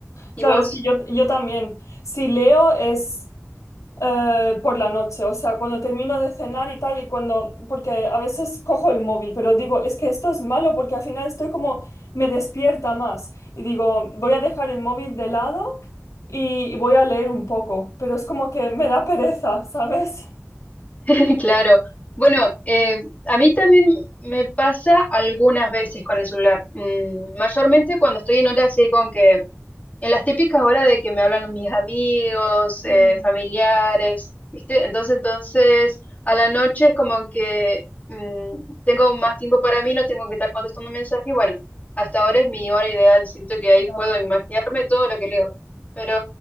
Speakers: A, on the left; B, on the left.
A: ¿Y
B: Claro,
A: vos?
B: es que yo, yo también, si leo es eh, por la noche, o sea, cuando termino de cenar y tal, y cuando, porque a veces cojo el móvil, pero digo, es que esto es malo porque al final estoy como, me despierta más. Y digo, voy a dejar el móvil de lado y, y voy a leer un poco, pero es como que me da pereza, <laughs> ¿sabes?
A: <laughs> Claro. Bueno, eh, a mí también me pasa algunas veces con el celular. Mm, mayormente cuando estoy en horas así con que, en las típicas horas de que me hablan mis amigos, eh,
B: Mm,
A: familiares, ¿viste? Entonces, entonces, a la noche es como que mm, tengo más tiempo para mí, no tengo que estar contestando mensajes. Bueno, hasta ahora es mi hora ideal. Siento que ahí
B: claro.
A: puedo imaginarme todo lo que leo. Pero